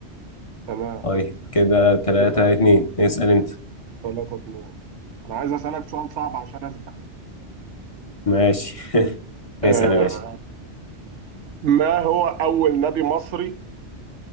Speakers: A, on the right; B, on the left.
A: تمام
B: طيب كده ثلاثة
A: كده
B: اتنين اسأل أنت
A: 3 2 انا عايز اسالك سؤال صعب عشان اسبق
B: ماشي <laughs>
A: آه
B: اسأل يا باشا
A: ما هو اول نادي مصري